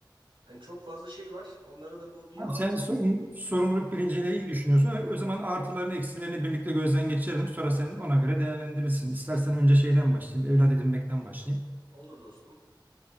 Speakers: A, on the right; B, on the right.
A: Hani çok fazla şey var. Onlara da bu bir
B: Abi sen
A: ağrı
B: sorun- sorumluluk bilinciyle iyi düşünüyorsun. O zaman artılarını eksilerini birlikte gözden geçirelim. Sonra sen ona göre değerlendirirsin. İstersen önce şeyden başlayayım, evlat edinmekten başlayayım.
A: olur dostum.